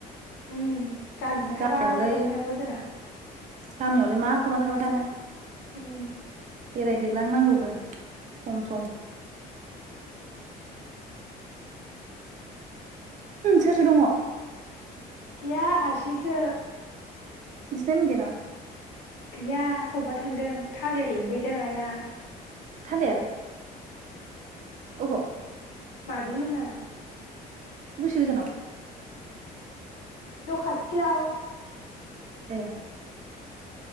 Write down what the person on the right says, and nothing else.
गामियावलाय
गामियावलाय मा खामनानै थाबाय थानो।
बेरायहोलांनांगौबो सम-सम। सोर-सोर दङ।
नोंसिनि आइ मोन गोया नामा?
थालेर। ओबाव?
बेसे गोजानाव?
ए।